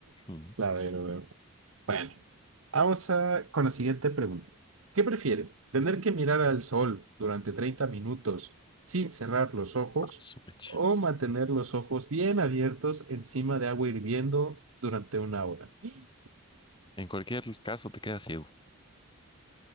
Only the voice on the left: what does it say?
Mm.
Ah, su mecha.
En cualquier caso te quedas ciego.